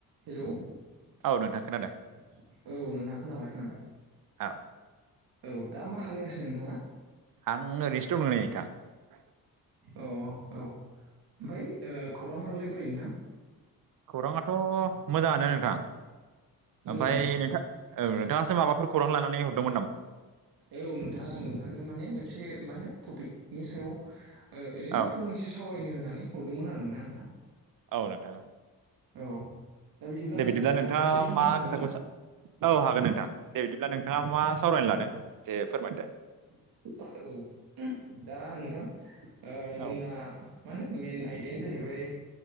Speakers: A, on the right; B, on the right.
A: Hello औ
B: नोंथां खोनादों
A: नोंथाङा खोनाबाय खोनाबाय।
B: औ
A: औ दा मा खालायगासिनो नोंथाङा
B: आं ओरैनोसो दङनै <unintelligible>
A: औ औ ओमफ्राय खौरांफोरालाय बोरै नोंथां
B: खौराङाथ' मोजाङानो नोंथां
A: मोजाङानो
B: ओमफ्राय
A: ना
B: नोंथां औ नोंथाङासो माबाफोर खौरां लानानै हरदोंमोन नामा
A: औ नोंथाङा आं नोंथांजों माने मोनसे मा होनो टपिकनि सायाव ओरैनो
B: औ
A: फंनैसो सावरायनो होननानै हरदोंमोन आरा आं
B: औ नोंथां।
A: औ दा बिदिब्ला
B: दे
A: नोंथाङा दसे सम
B: मा
A: हागोन
B: खोथाखौ
A: ना।
B: औ हागोन नोंथां दे बिदिब्ला नोंथाङा
A: औ
B: मा सावरायनो लादों एसे फोरमाय दे
A: औ दा नोंथांओ जोंना
B: औ
A: माने मेन आयदायानो जाहैबाय